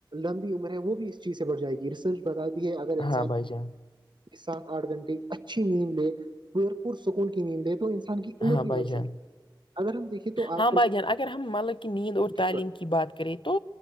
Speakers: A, on the right; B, on the left.
A: لمبی ہے وہ بھی اس چیز سے بڑھ جائے گی ریسرچ بتاتی ہے اگر انسان
B: ہاں بھائی جان
A: سات آٹھ گھنٹے اچھی نیند لے بھرپور سکول کی نیند لے تو ان کی عمر
B: ہاں بھائی
A: بھی بر
B: جان
A: سکتی اگر تو
B: ہاں
A: آج
B: بھائی جان اگر ہم مطلب کہ نیند اور
A: کل
B: تعلیم کی بات کریں تو